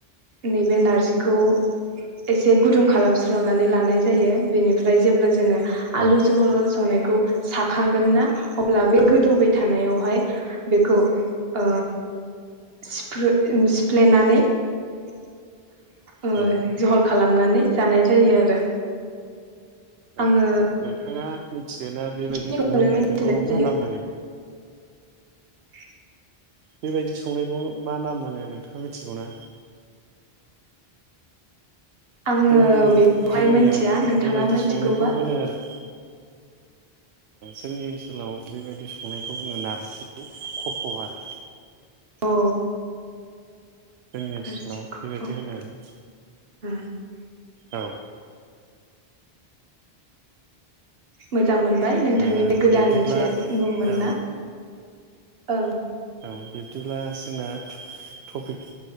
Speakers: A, on the right; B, on the right.
A: नैबे नारजिखौ एसे गुदुं खालामस्र'नानै लानाय जायो बेनिफ्राय जेब्ला जोङो आलु
B: औ
A: जहल संनायखौ साखांगोन ना अब्ला बे गोदौबाय थानायावहाय बेखौ ओ सिफ्लेनानै ओ
B: औ
A: जहल खालामनानै जानाय जायो आरो
B: औ
A: आङो
B: नोंथाङा मिथिगोना बेबायदि
A: खौनो
B: संनाय
A: मिथिनाय
B: ओंख्रिखौ मा
A: जायो
B: नाम होनो
A: <inaudible>
B: बेबायदि संनायखौ मा नाम होनो नोंथाङा मिथिगौ ना
A: आङो
B: जोंनि
A: बेखौहाय
B: जोंनियाव
A: मिथिया नोंथाङा
B: बेबायदि
A: मिथिगौबा
B: संनायखौ होनो आरो जोंनि ओनसोलाव बेबायदि संनायखौ बुङो नारजि खफ' आरो
A: औ
B: जोंनि
A: नारजिखौ
B: ओनसोलाव बेबायदि होनो आरो
A: <inaudible>
B: औ
A: मोजां मोनबाय नों नोंथांनिफ्राय
B: ओ
A: गोदान
B: बिब्दिब्ला
A: मोनसे मुं मोनना
B: औ
A: औ
B: औ बिब्दिब्ला जोंना टपिक